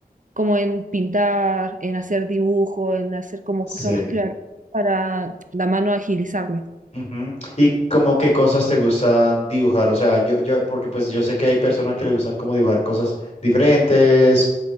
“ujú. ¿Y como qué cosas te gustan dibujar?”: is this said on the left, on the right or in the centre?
Left